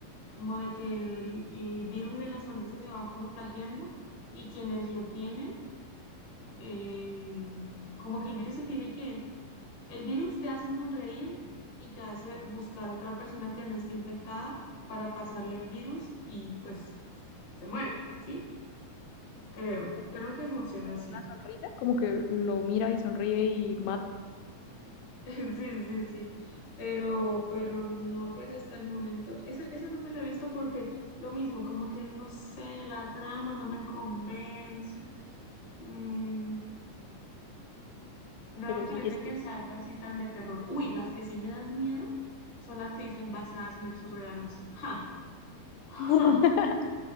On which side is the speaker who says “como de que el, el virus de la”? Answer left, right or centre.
Left